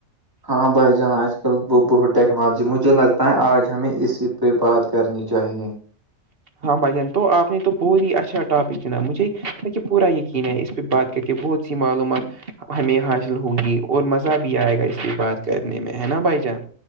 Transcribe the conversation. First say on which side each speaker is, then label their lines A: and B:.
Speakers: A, on the right; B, on the right.
A: ہاں بھائی جان آج کل وہ بہت ٹیکنالوجی مجھے لگتا ہے آج ہمیں اسی پہ بات کرنی چاہیے
B: ہاں بھجان تو آپ نے تو بہت ہی اچھا ٹاپک چنا مجھے ب کہ پورا یقین ہے اس پ بات کر کے بہت سی معلومات ہمیں حاصل ہوگی اور مزہ بھی آئے گا اس کے بعد کرنے میں ہے نا بائی چانس